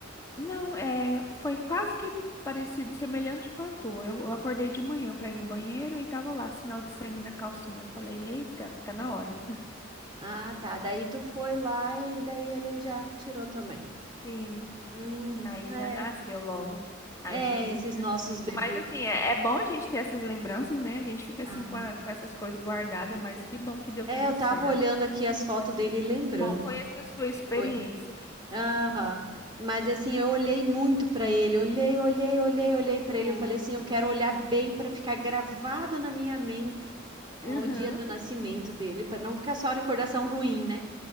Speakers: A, on the left; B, on the right.
A: Não, é, foi quase que parecido, semelhante com a tua. Eu, eu acordei de manhã pra ir no banheiro e tava lá, sinal de sangue na calcinha. Eu falei, eita, tá na hora.
B: Ah, tá. Daí tu foi lá e daí ele já tirou também.
A: Sim.
B: Uhum.
A: Aí
B: É.
A: já nasceu logo. Aí
B: É,
A: foi bem
B: esses
A: tranquilo.
B: nossos bebês.
A: Mas assim,
B: né?
A: é, é bom a gente ter essas lembranças, né? A gente fica
B: Ah,
A: assim com, a- com essas coisas guardadas, mas que bom que deu
B: é,
A: tudo
B: eu tava
A: certo.
B: olhando aqui as fotos dele e lembrando.
A: Bom conhecer a sua experiência.
B: Foi. Aham. Mas assim, eu olhei muito pra ele, olhei, olhei, olhei, olhei pra ele.
A: Oi,
B: Eu falei assim,
A: gente.
B: eu quero olhar bem pra ficar gravado na minha mente o
A: Uhum.
B: dia do nascimento dele, pra não ficar só recordação ruim, né?